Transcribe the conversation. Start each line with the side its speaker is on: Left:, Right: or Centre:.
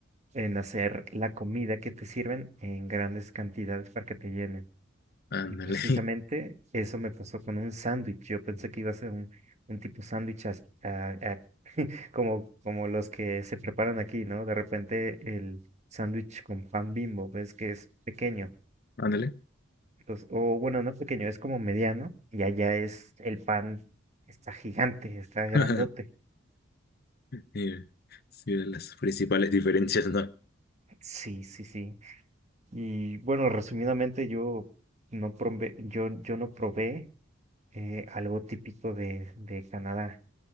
Right: en hacer la comida que te sirven en grandes cantidades para que te llenen.
Left: Ándale.
Right: Y precisamente eso me pasó con un sándwich. Yo pensé que iba a ser un, un tipo sándwich as- a- a- <laughs> como, como los que se preparan aquí, ¿no? De repente el sándwich con pan Bimbo, ves que es pequeño.
Left: <laughs> Ándale.
Right: Entonces, o bueno, no pequeño, es como mediano y allá es el pan, está gigante, está
Left: <laughs>
Right: grandote.
Left: Sí, sí, de las principales diferencias, ¿no?
Right: Sí, sí, sí. Y bueno, resumidamente, yo no probé, yo, yo no probé eh, algo típico de, de Canadá.